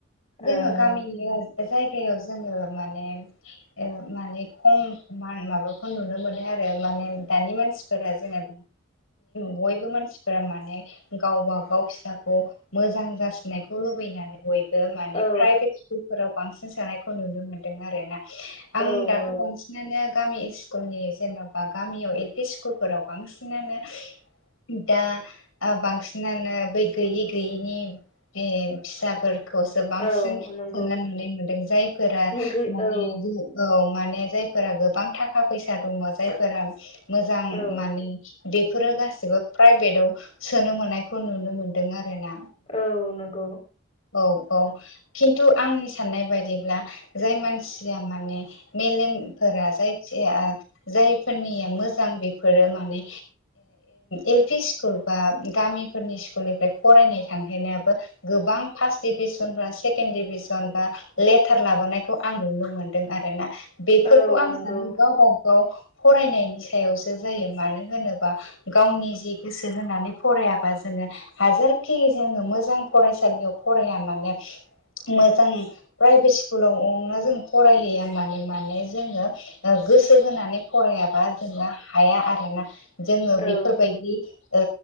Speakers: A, on the left; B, on the left.
A: जोङो
B: ओ
A: गामि जायगायाव जोङो माने ओ माने खम माबाखौ नुनो मोनो आरो माने दानि मानसिफोरा जोङो बयबो मानसिफोरा माने गावबा गाव फिसाखौ मोजां जासिनायखौ लुबैना नानै बयबो माने
B: औ
A: प्राइभेट स्कुल फोराव बांसिन सोनायखौ नुनो मोनदों आरो ना आं
B: औ
A: दाथ बांसिनानो गामि स्कुलनि जेनबा गामियाव एल पि स्कुलफोराव बांसिनानो। दा बांसिनानो बै गैयै गैयैनि बे फिसाफोर खौसो बांसिन
B: औ नंगौ
A: सोनारनानै मोनदों जायफोरा
B: गै
A: माने
B: औ
A: औ माने। जायफोर गोबां थाखा फैसा द जायफोरा मोजां
B: औ
A: माने। बेफोरो गासिबो प्राइभेटाव सोनो मोननायखौ नुनो मोन्दों आरो ना।
B: औ नंगौ
A: औ औ खिन्थु आंनि साननाय बायदिब्ला जाय मानसिया माने मेलेम फोर जायखि जाय जायफोरनिया मोजां बेफोरो माने। एल पि स्कुल बा गामिफोरनि स्कुलनिफ्राय फरायनाय थांहैनायाबो गोबां गोबां फार्स्ट डिभिसन बा सेकेणड डिभिसन बा लेटार लाबोनायखौ आं नुनो मोनदों आरो ना। बेफोरखौ
B: औ
A: आं
B: नंगौ
A: सानो गावबागाव फरायनायनि सायावसो जायो मानो होनोब्ला बा गावनि जि गोसो होनानै फरायाबा जोङो हाजारखि जोंङो मोजां फराय फरायसालियाव फराया मानो। मोजां प्राइभेट स्कुलावनो जों फरायलिया माने माने जोङो। गोसो होनानै फरायाबा जोङो हाया आरोना जोङो बेफोरबायदि
B: औ
A: ओ